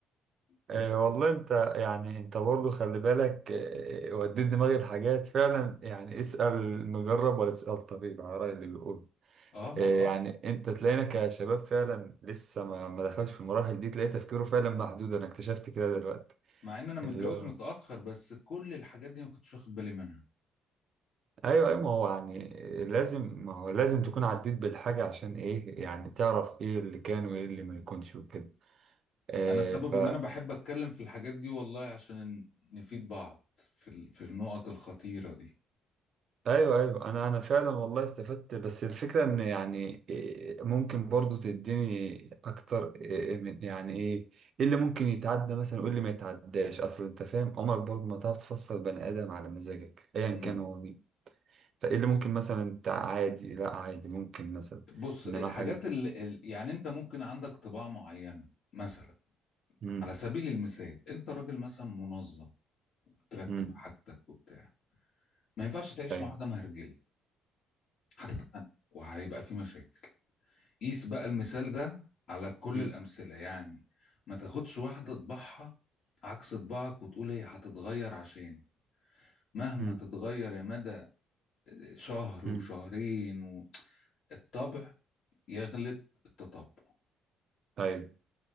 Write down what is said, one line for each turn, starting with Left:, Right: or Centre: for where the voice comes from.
Left: بس
Right: آه والله انت يعني انت برضه خلي بالك آه وديت دماغي الحاجات فعلا يعني اسال مجرب ولا تسال طبيب على راي اللي بيقول
Left: اه
Right: إيه يعني
Left: اه
Right: انت تلاقينا كشباب فعلا لسه ما ما دخلش في المراحل دي تلاقي تفكيره فعلا محدود انا اكتشفت كده دلوقتي
Left: مع ان انا متجوز
Right: اللي هو
Left: متأخر بس كل الحاجات دي ما كنتش واخد بالي منها
Right: ايوه ايوه ما هو يعني لازم ما هو لازم تكون عديت بالحاجه عشان ايه يعني تعرف ايه اللي كان وايه اللي ما يكونش وكده إيه
Left: انا السبب
Right: ف
Left: ان انا بحب اتكلم في الحاجات دي والله عشان نفيد بعض في ال- في النقط الخطيرة دي
Right: ايوه ايوه انا انا فعلا والله استفدت بس الفكره ان يعني إيه، ممكن برضو تديني اكتر إيه، من يعني ايه ايه اللي ممكن يتعدى مثلا وايه اللي ما يتعداش اصل انت فاهم عمرك برضو ما تعرف تفصل بني ادم على مزاجك ايا
Left: مم.
Right: كان هو مين فايه اللي ممكن مثلا انت عادي لا عادي ممكن مثلا
Left: بص
Right: انما
Left: الحاجات
Right: حاجه
Left: اللي يعني انت ممكن عندك طباع معينة مثلا
Right: امم
Left: على سبيل المثال انت راجل مثلا منظم ترتب
Right: امم
Left: حاجتك وبتاع ما ينفعش تعيش
Right: ايوه
Left: مع واحده مهرجله هتتخانق وهيبقى في مشاكل قيس بقى المثال ده على كل
Right: امم
Left: الامثله يعني ما تاخدش واحده طباعها عكس طباعك وتقول هي هتتغير عشان مهما
Right: امم
Left: تتغير يا مدى شهر
Right: امم
Left: وشهرين و... الطبع يغلب التطبع
Right: ايوه